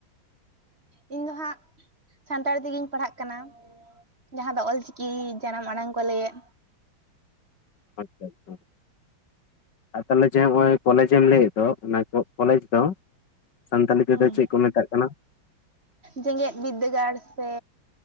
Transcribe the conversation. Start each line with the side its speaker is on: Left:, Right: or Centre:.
Right: ᱤᱧ ᱫᱚ ᱦᱟᱸᱜ ᱥᱟᱱᱛᱟᱲᱤ ᱛᱮᱜᱤᱧ ᱯᱟᱲᱦᱟᱜ ᱠᱟᱱᱟ ᱡᱟᱦᱟᱸ ᱫᱚ ᱚᱞ ᱪᱤᱠᱤ ᱡᱟᱱᱟᱢ ᱟᱲᱟᱝ ᱠᱚ ᱞᱮᱣᱮᱫ
Left: ᱟᱪᱪᱷᱟ ᱟᱪᱪᱷᱟ ᱟᱨ ᱛᱟᱦᱚᱞᱮ ᱡᱮ ᱱᱚᱜ ᱚᱭ ᱠᱚᱞᱮᱡ ᱮᱢ ᱞᱟᱹᱭᱮᱫ ᱫᱚ ᱚᱱᱟ ᱠᱚᱞᱮᱡ ᱫᱚ ᱥᱟᱱᱛᱟᱞᱤ ᱛᱮᱫᱚ
Right: ᱦᱩᱸ
Left: ᱪᱮᱫ ᱠᱚ ᱢᱮᱛᱟᱜ ᱠᱟᱱᱟ
Right: ᱡᱮᱜᱮᱛ ᱵᱤᱫᱽᱫᱟᱹᱜᱟᱲ ᱥᱮ